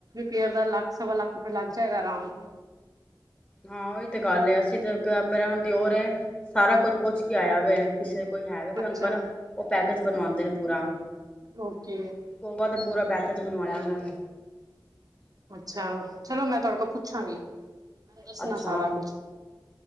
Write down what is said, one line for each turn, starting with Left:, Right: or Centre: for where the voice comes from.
Right: ਪੇਅਰ ਦਾ ਲੱਖ ਸਵਾ ਲੱਖ ਰੁਪਆ ਲੱਗ ਜਾਏਗਾ ਆਰਾਮ ਕੋ
Left: ਹਾਂ ਉਹੀ ਤੇ ਗੱਲ ਅਸੀਂ ਤਾਂ ਮੇਰਾ ਹੁਣ ਦੀ ਹੋਰ ਸਾਰਾ ਕੁੱਝ ਪੁੱਛ ਕੇ ਆਇਆ ਵ ਕਿਸੇ ਕੋਈ ਹੈਵੇ ਕੋਈ
Right: ਅੱਛਾ
Left: ਅੰਕਲ ਉਹ ਪੈ ਚ ਬਣਵਾਉਂਦੇ ਨੇ ਪੂਰਾ
Right: ਓਕੇ
Left: ਉਹ ਦਾ ਬੂਰਾ ਬੈ ਚ ਬਣਵਾਣਾਿਆ ਵੈਂ
Right: ਅੱਛਾ ਚਲੋ ਮੈਂ ਤੁਹਾਡੇ ਕੋਲ ਪੁੱਛਾਂਗੀ ਮੈਨੂੰ ਦੱਸਣਾ
Left: ਅੱਛਾ
Right: ਸਾਰਾ ਕੁਛ